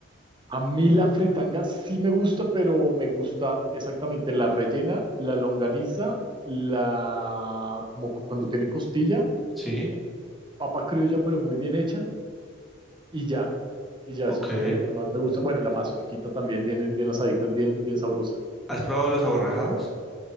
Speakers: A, on the right; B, in the centre.
A: A mí la fritanga sí me gusta, pero me gusta exactamente la rellena, la longaniza, la como cu- cuando tiene costilla,
B: Sí,
A: papa criolla, pero muy bien hecha, y ya. Y ya
B: ok.
A: eso es como lo que más me gusta. Bueno, la mazorquita también, bien, bien asaditas, bien, bien sabrosa.
B: ¿Has probado los aborrajados?